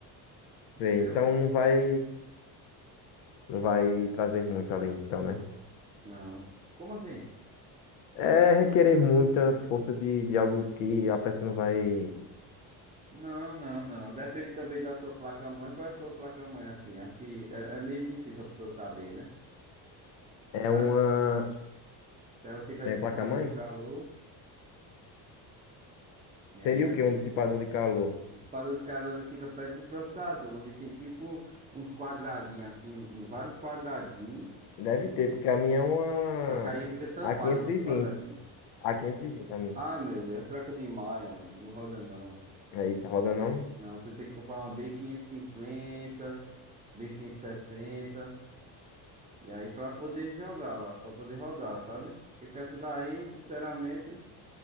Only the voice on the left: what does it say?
Sei, então não vai, não vai trazer muito ali, então, né?
É requerer muita força de, de algo que a peça não vai.
É
uma.
É
placa-mãe?
Seria
o quê? Um dissipador de calor?
Deve ter, porque a minha é uma.
a quinhentos
e vinte
a quinhentos e vinte a minha.
Aí tá roda não?